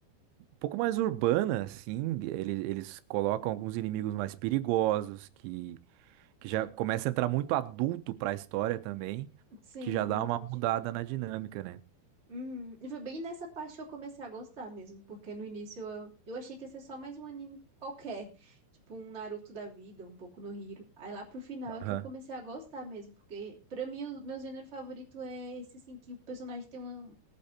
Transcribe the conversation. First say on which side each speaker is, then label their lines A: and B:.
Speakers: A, on the right (about 85°); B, on the right (about 20°).
A: um pouco mais urbana, assim, ele- eles colocam alguns inimigos mais perigosos, que, que já começa a entrar muito adulto pra história também,
B: Sim,
A: que já dá
B: verdade.
A: uma mudada na dinâmica, né?
B: Uhum. E foi bem nessa parte que eu comecei a gostar mesmo, porque no início eu, eu achei que ia ser só mais um anime qualquer, tipo um Naruto da vida, um pouco no Hero. Aí lá pro final
A: Aham.
B: é que eu comecei a gostar mesmo, porque pra mim o meu gênero favorito é esse assim que o personagem tem uma- um